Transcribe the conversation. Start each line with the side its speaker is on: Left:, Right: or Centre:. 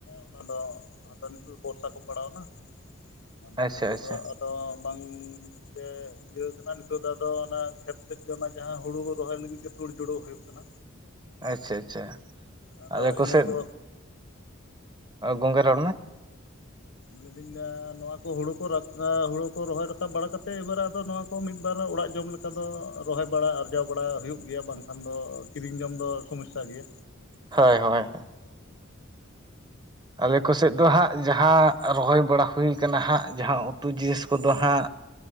Left: ᱚᱱᱟ ᱫᱚ ᱟᱫᱚ ᱱᱤᱛᱳᱜ ᱵᱚᱨᱥᱟ ᱠᱚ ᱯᱟᱲᱟᱣᱱᱟ ᱟᱫᱚ
Right: ᱟᱪᱪᱷᱟ
Left: ᱱᱤᱛᱳᱜ
Right: ᱟᱪᱪᱷᱟ
Left: ᱫᱚ ᱛᱚ ᱵᱟᱝ ᱡᱮ ᱤᱭᱟᱹ ᱠᱟᱱᱟ ᱱᱤᱛᱚᱜ ᱫᱚ ᱟᱫᱚ ᱚᱱᱟ ᱠᱷᱮᱛ ᱥᱮᱫ ᱜᱮ ᱚᱱᱟ ᱡᱟᱦᱟᱸ ᱦᱩᱲᱩ ᱨᱚᱦᱚᱭ ᱞᱟᱹᱜᱤᱫ ᱜᱮ ᱛᱩᱲ ᱡᱩᱲᱟᱹᱣ ᱦᱩᱭᱩᱜ ᱠᱟᱱᱟ
Right: ᱟᱪᱪᱷᱟ ᱟᱪᱪᱷᱟ
Left: ᱟᱫᱚ
Right: ᱟᱞᱮ ᱠᱚᱥᱮᱫ
Left: ᱤᱱᱟᱹ ᱠᱚ
Right: ᱜᱚᱝᱜᱟ ᱮ ᱨᱚᱲ ᱢᱮ
Left: ᱞᱟᱹᱭᱫᱟᱹᱧ ᱢᱮ ᱱᱚᱣᱟ ᱠᱚ ᱦᱩᱲᱩ ᱠᱚ ᱨᱟ ᱦᱩᱲᱩ ᱠᱚ ᱨᱚᱦᱚᱭ ᱨᱟᱠᱟᱵ ᱵᱟᱲᱟ ᱠᱟᱛᱮᱫ ᱮᱵᱟᱨ ᱟᱫᱚ ᱱᱚᱣᱟ ᱢᱤᱫ ᱵᱟᱨ ᱚᱲᱟᱜ ᱡᱚᱢ ᱞᱮᱠᱟ ᱫᱚ ᱨᱚᱦᱚᱭ ᱵᱟᱲᱟ ᱟᱨᱡᱟᱣ ᱵᱟᱲᱟ ᱦᱩᱭᱩᱜ ᱜᱮᱭᱟ ᱵᱟᱝᱠᱷᱟᱱ ᱫᱚ ᱠᱤᱨᱤᱧ ᱡᱚᱢ ᱫᱚ ᱥᱚᱢᱚᱥᱥᱟ ᱜᱮᱭᱟ
Right: ᱦᱳᱭ ᱦᱳᱭ ᱟᱞᱮ ᱠᱚᱥᱮᱫ ᱫᱚ ᱦᱟᱸᱜ ᱡᱟᱦᱟᱸ ᱨᱚᱦᱚᱭ ᱵᱟᱲᱟ ᱦᱩ ᱠᱟᱱᱟ ᱦᱟᱸᱜ ᱡᱟᱦᱟᱸ ᱩᱛᱩ ᱡᱤᱱᱤᱥ ᱠᱚᱫᱚ ᱦᱟᱸᱜ